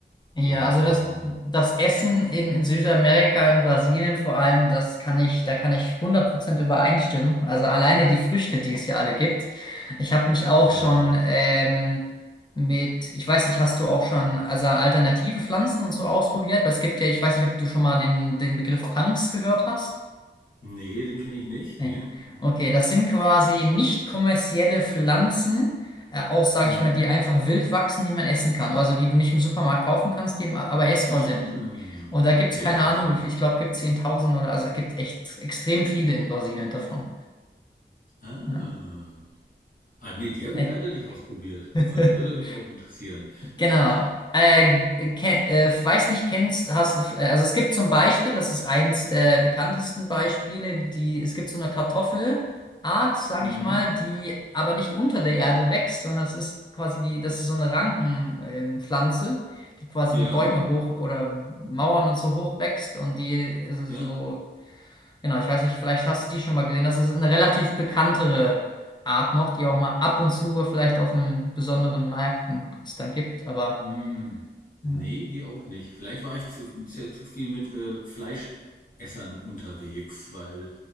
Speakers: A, on the left; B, on the left.
A: Ja,
B: Und
A: also das,
B: ähm,
A: das Essen in, in Südamerika, in Brasilien vor allem, das kann ich, da kann ich hundert Prozent übereinstimmen. Also alleine die Früchte, die es hier alle gibt. Ich habe mich auch
B: ja,
A: schon
B: ne?
A: ähm, mit, ich weiß nicht, hast du auch schon also alternative Pflanzen und so ausprobiert? Weil es gibt ja, ich weiß nicht, ob du schon mal den, den Begriff Punks gehört hast.
B: Nee, den kenne ich nicht, nee.
A: Nee. Okay, das sind quasi nicht kommerzielle Pflanzen, äh, auch sage
B: Mhm.
A: ich mal, die einfach wild wachsen, die man essen kann. Also die du nicht im Supermarkt kaufen kannst, die im- aber essbar
B: Ah,
A: sind. Und da gibt
B: sehr
A: es keine
B: interessant.
A: Ahnung, wie viel. Ich glaube, gibt es 10.000 oder also es gibt echt extrem viele in Brasilien davon.
B: Ah.
A: Ja.
B: Ah, nee, die habe
A: Nee.
B: ich leider nicht ausprobiert.
A: <laughs>
B: Aber das würde mich auch interessieren.
A: Genau. Äh, ken, äh, weiß nicht, kennst, hast, äh, also es gibt zum Beispiel, das ist eins der bekanntesten Beispiele, die, es gibt so eine Kartoffelart, sage
B: Mhm.
A: ich mal, die aber nicht unter der Erde wächst, sondern es ist quasi die, das ist so eine Rankenpflanze, Pflanze, die quasi
B: Ja,
A: die Bäume hoch oder Mauern und so hoch wächst und die ist
B: ja.
A: so, genau, ich weiß nicht, vielleicht hast du die schon mal gesehen, das ist eine relativ bekanntere Art noch, die auch mal ab und zu vielleicht auf einem besonderen Märkten es dann gibt, aber
B: Hm, nee,
A: ja.
B: die auch nicht. Vielleicht war ich zu, zu, zu viel mit äh, Fleischessern unterwegs, weil